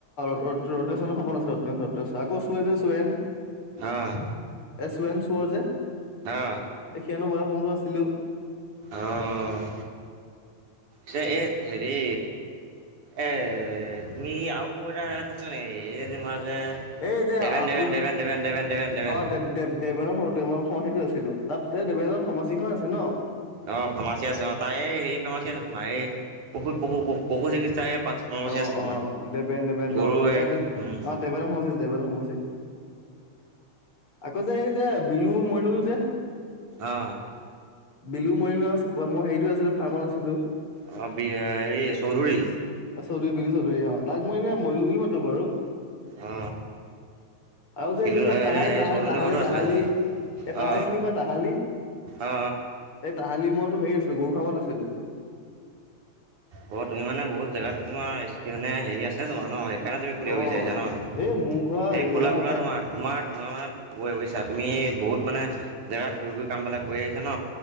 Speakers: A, on the left; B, on the right.
A: <unintelligible> আকৌ চুৱে যে চুৱেন।
B: অ
A: এ চুৱেন চুৱৰ যে
B: অ
A: সিহঁতৰ বয়স সমৰো আছিলো।
B: অহ', চে এই হেৰি এ তুমি আৰু এটাত আছিলা নেকি? এই যে তোমাৰ যে
A: এই যে
B: দেবেন
A: আপু
B: দেবেন দেবেন দেবেন দেবেন দেবেন দেবেন
A: অ দে দে দেবানৰ দে ফ সেইটো আছে। ছিলো তাততে দেব এজন ফাৰ্মাচী খন আছে ন।
B: অ' ফাৰ্মাচী আছে। অ' তাই হেৰি ফাৰ্মাচী আছে। তোমাৰ এই পশু, পশু, পশু চিকিৎসা এই পাঁচ ফাৰ্মাচী
A: অ,
B: আছে তোমাৰ
A: অ দেবেন, দেবেন,
B: গৰু
A: অ,
B: এই উম
A: অ, দেবেনৰ সমষ্টি, দেবেনৰ সমষ্টি। <inaudible> আকৌ যে, এই যে বিলু মইনুল যে,
B: অ
A: বিলো মইনুল মই হেৰিটো আছিলো ফাৰ্মত আছিলো।
B: অ, বি হেৰি চৌধুৰী।
A: চৌধুৰী, বিলো চৌধুৰী, তাক মই এনেই মইনুল বুলি মাটো বাৰু
B: অ
A: আৰু যে
B: বিলু
A: এইটো যে
B: এনে
A: তাই
B: সেই
A: তাহালি,
B: চৌধুৰী ঘৰতো আছিলা
A: তাহালি,
B: তুমি
A: এই তাহালি
B: অ
A: চিনি পাই তাহালি,
B: অ অ
A: এই তাহালি কালি মইতো হেৰি আছিলো গৰু ফামত আছিলো।
B: অ তুমি মানে বহুত জেগাতে তোমাৰ কেনে হেৰি আছে তোমাৰ ন। সেইকাৰণে তুমি খুলিব
A: অ
B: বিচাৰিছা ন'
A: এই মোৰ ঘৰ
B: এই
A: লেহুগাঁও
B: খোলা খোলা
A: উঠা
B: তোমাৰ, তোমাৰ তোমাৰ মানে কৈ হৈইছা তুমি বহুত মানে জেগাত গৈ গৈ কামবিলাক কৰি ন